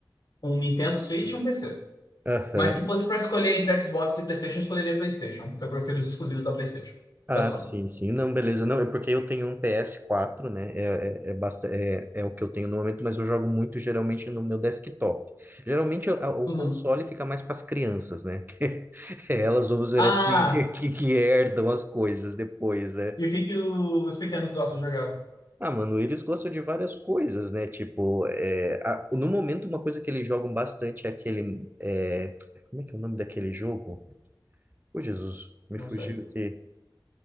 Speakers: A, on the left; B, on the right.
A: um Nintendo Switch e um PC.
B: Aham.
A: Mas se fosse pra escolher entre Xbox e PlayStation, eu escolheria PlayStation, porque eu prefiro os exclusivos da PlayStation,
B: Ah,
A: da Sony.
B: sim, sim. Não, beleza. Não, é porque eu tenho um ps quatro né? É, é, é, basta- é, é o que eu tenho no momento, mas eu jogo muito geralmente no meu desktop. Geralmente o, a- o
A: Uhum.
B: console fica mais para as crianças, né? <laughs> Que- é elas, vamos dizer
A: Ah,
B: assim, <laughs> que, que herdam as coisas depois, né?
A: e o que que o- os pequenos gostam de jogar?
B: Ah, mano, eles gostam de várias coisas, né? Tipo, é, a- no momento, uma coisa que eles jogam bastante é aquele. é, como é que é o nome daquele jogo? Ô, Jesus, me
A: Não
B: fugiu
A: sei.
B: aqui.